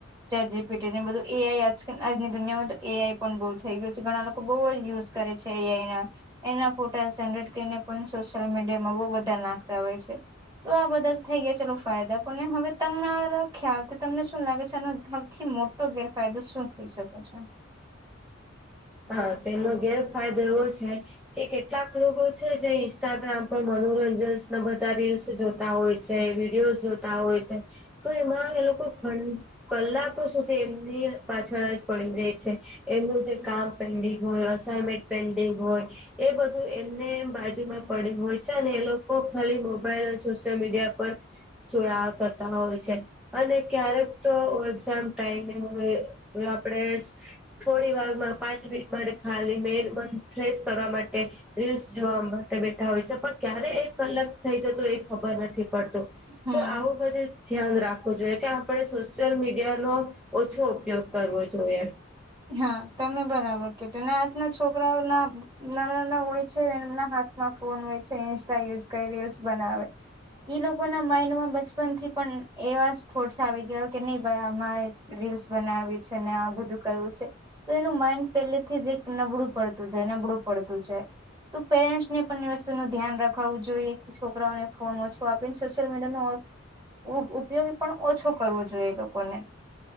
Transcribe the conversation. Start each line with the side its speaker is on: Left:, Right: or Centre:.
Right: ચજી પીટી ને બધું એ આઈ આજની દુનિયામાં તો એ આઈ પણ બહુ થઈ ગયું છે ઘણા લોકો બહુ યુઝ કરે છે એ એના એના ફોટા જરેટ કરીને પણ સોશિયલ મીડિયામાં બ બધા નાખતા હોય છે તો આ બધા થઈ ગયા ચલોો ફાયદા પણ હવે તમને ખ્યાલથી તમને શું લાગે સૌથી મોટો ગેરફાયદો શું થઈ શકે છે.
Centre: હા તેનો ગેરફાયદો એવો છે કે કેટલાક લોકો છે જે ઇન્સ્ટાગ્રામ પણ મનોરંજન ના બધા રીલ્સ જોતા હોય છે વિડીયો જોતા હોય છે. તો એમાં એ લોકો ઘં કલાકો સુધી એમની પાછળ જ પડી રહી છે એમનું જે કામ પેન્ડિંગ હોય અનમેન્ટ પેન્ડિંગ હોય એ બધું એમને બાજુમાં પડ્યું હોય છે અને એ લોકો ખાલી મોબાઈલ અને સોશિયલ મીડિયા પર ચોયા કરતા હોય છે અને ક્યારેક તો એક્ઝામ ટાઈમે હોય આપણેે થોડી વાર પાંચ મિનિટ માટે ખાલી મે મ ફ્રેશ કરવા માટે રીલ્સ જોવા માટે બેઠા હોય છે પણ ક્યારે એક કલાક થઈ જતો એ ખબર નથી પડતો તો
Right: હમ
Centre: આવું બધી ધ્યાન રાખવું જોઈએ કે આપણે સોશિયલ મીડિયાનોો ઓછો ઉપયોગ કરવો જોઈએ.
Right: હા તમે બરાબર કધું આજના છોકરાઓ ના નાના નાના હોય છે એમના હાથ માં ફોન હોય છે ઇન્સ્ટા યુઝ કરી રીલ્સ બનાવે ઈ લોકો ના માઈન્ડમાં બચપન થી પણ એવા થોડસા આવી ગયા. કે નહી ભાઈ આમાં રીલ્સ બનાવી છે ને આ બધું તો એનું માઈન્ડ પેહલેથી જ એક નબળું પડતું જાય નબળું પડતું જાય તો પેરેન્ટ્સને પણ એ વસ્તુનું ધ્યાન રખાવું જોઈએ. છોકરાઓને ફોન ઓછો આપીને સોશિયલ મીડિયાનો ઉપયોગ પણ ઓછો કરવો જોઈએ લોકોને